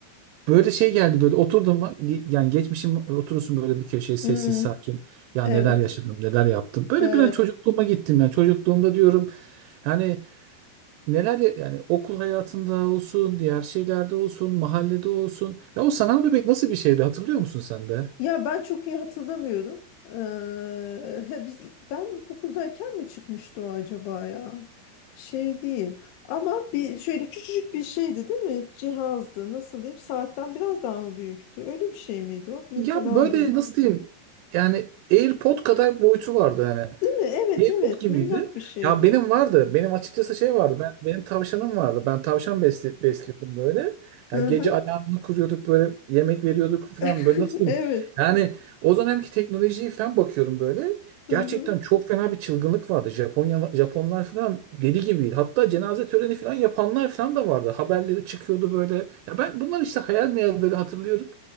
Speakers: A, on the right (about 80°); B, on the left (about 70°).
A: böyle şey geldi böyle oturdum lan, ge- yani geçmişim oturursun böyle bir köşeye sessiz
B: Hmm,
A: sakin ya
B: evet.
A: neler yaşadım neler yaptım böyle
B: Evet.
A: bir an çocukluğuma gittim yani çocukluğumda diyorum yani neler ya- yani okul hayatında olsun, diğer şeylerde olsun, mahallede olsun. Ya o sanal bebek nasıl bir şeydi hatırlıyor musun sen de?
B: Ya ben çok iyi hatırlamıyorum. Ee, he, biz ben ilkokuldayken mi çıkmıştı o acaba ya? Şey değil. Ama bir şöyle küçücük bir şeydi değil mi? Cihazdı. Nasıl diyeyim? Saatten biraz daha mı büyüktü? Öyle bir şey miydi o? Yoksa
A: Ya
B: daha
A: böyle
B: mı büyük?
A: nasıl diyeyim? Yani AirPod kadar boyutu vardı yani.
B: Değil mi? Evet
A: Airpod
B: evet.
A: gibiydi.
B: Minnak bir şeydi.
A: Ya benim vardı. Benim açıkçası şey vardı. Ben benim tavşanım vardı. Ben tavşan besli, besliyordum böyle.
B: Hı
A: Yani gece
B: hı.
A: alarmını kuruyorduk böyle yemek veriyorduk falan
B: <laughs>
A: böyle nasıl diyeyim?
B: Evet.
A: Yani o dönemki teknolojiye falan bakıyorum böyle.
B: Hı
A: Gerçekten
B: hı.
A: çok fena bir çılgınlık vardı. Japonya Japonlar falan deli gibiydi. Hatta cenaze töreni falan yapanlar falan da vardı. Haberleri çıkıyordu böyle. Ya ben bunlar işte hayal meyal böyle hatırlıyorum.